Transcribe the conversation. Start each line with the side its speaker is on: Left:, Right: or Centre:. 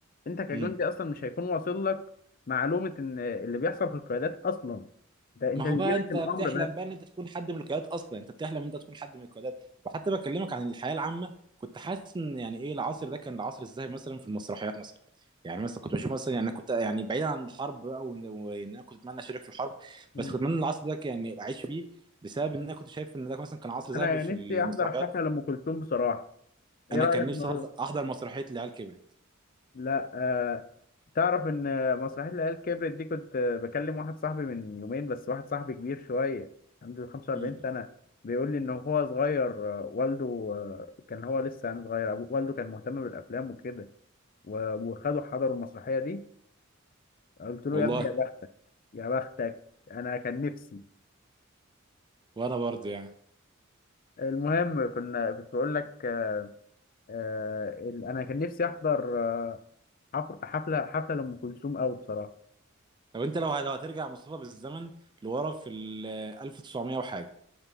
Left: انت كجندي
Right: امم
Left: اصلا مش هيكون واصل لك معلومه ان اللي بيحصل في القيادات اصلا انت انت
Right: ما هو
Left: بيجي
Right: بقى
Left: لك
Right: انت
Left: الامر
Right: بتحلم
Left: بس
Right: بقى ان انت تكون حد من القيادات اصلا انت بتحلم ان انت تكون حد من القيادات وحتى بكلمك عن الحياه العامه كنت حاسس ان يعني ايه العصر ده كان العصر ازاي مثلا في المسرحيات مثلا يعني مثلا كنت بشوف مثلا يعني انا كنت يعني بعيد عن الحرب بقى وان وإن انا كنت اتمنى اشارك في الحرب
Left: مم.
Right: بس كنت اتمنى العصر ده يعني اعيش فيه بسبب ان انا كنت شايف ان ده مثلا كان عصر ذهبي
Left: انا
Right: في
Left: نفسي
Right: المسرحيات
Left: احضر حفله لام كلثوم بصراحه ايه
Right: انا
Left: رايك
Right: كان نفسي
Left: نروح
Right: احضر مسرحيه العيال كبرت
Left: لا آه تعرف ان مسرحيه العيال كبرت دي كنت بكلم واحد صاحبي من يومين بس واحد صاحبي كبير شويه عنده 45
Right: مم.
Left: سنه بيقول لي ان هو صغير آه، والده آه، كان هو لسه يعني صغير أبوه- والده كان مهتم بالافلام وكده و- وخدوا حضروا المسرحيه دي قلت له
Right: والله
Left: يا ابني يا بختك يا بختك انا كان نفسي
Right: وانا برضه يعني
Left: المهم كنا كنت بقول لك آه ال- انا كان نفسي احضر آه، حفر- حفله حفله لام كلثوم قوي بصراحه
Right: طب انت لو لو هترجع مصطفى بالزمن لورا في ال 1900 وحاجه